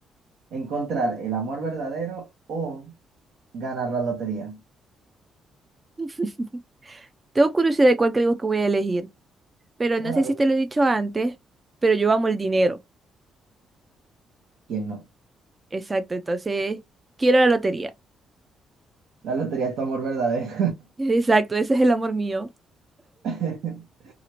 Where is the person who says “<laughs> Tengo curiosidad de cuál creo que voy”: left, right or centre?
Right